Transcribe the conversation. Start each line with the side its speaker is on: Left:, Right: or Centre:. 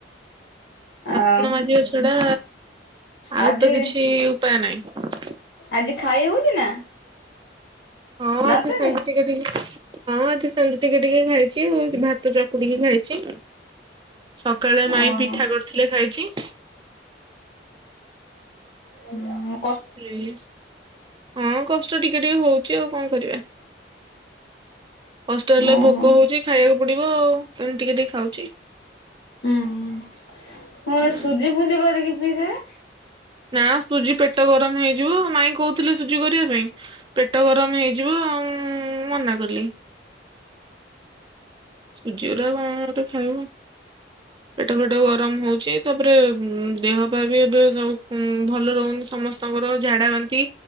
Right: ବାସନ
Left: ଆଉ
Right: ମାଜିବା ଛଡା ଆଉ
Left: ଆଜି
Right: ତ କିଛି ଉପାୟ ନାହିଁ।
Left: ଆଜି ଖାଇ ହଉଛି ନା?
Right: ହଁ
Left: ଦାନ୍ତରେ
Right: ଆଜି ସେମିତି ଟିକେ ଟିକେ ହଁଆଜି ସେମିତି ଟିକେ ଟିକେ ଖାଇଛି ଭାତ ଚକୁଡ଼ିକି ଖାଇଛି। ସକାଳେ ମାଇଁ
Left: ଓହୋ
Right: ପିଠା କରିଥିଲେ ଖାଇଚି।
Left: ନା।
Right: ଏଇ ହଁ କଷ୍ଟ ଟିକେ ଟିକେ ହଉଚି ଆଉ କଣ କରିବା। ହଷ୍ଟେ ହେଲେ
Left: ଓହୋ
Right: ଭୋକ ହଉଚି ଖାଇବାକୁ ପଡ଼ିବ ଆଉ ସେମିତିି ଟିକେ ଟିକେ ଖାଉଚି।
Left: ଉଁ ହଁ ହଁ
Right: ହୁଁ
Left: ସୁଜି ଫୁଜି କରିକି ପିଇ ଦେବେ।
Right: ନା ସୁଜି ପେଟ ଗରମ ହେଇଯିବ ମାଇଁ କହୁଥିଲେ ସୁଜି କରିବା ପାଇଁ ପେଟ ଗରମ ହେଇଯିବ ଉଁ ମନା କଲି। ସୁଜିଗୁରା କଣ ଗୋଟେ ଖାଇବୁ? ପେଟ ଫେଟ ଗରମ ହଉଚି ତାପରେ ଦେହ ପାଇଁ ବି ଏବେ ଭଲ ରହୁନି ସମ ସମସ୍ତଙ୍କର ଝାଡା ବାନ୍ତି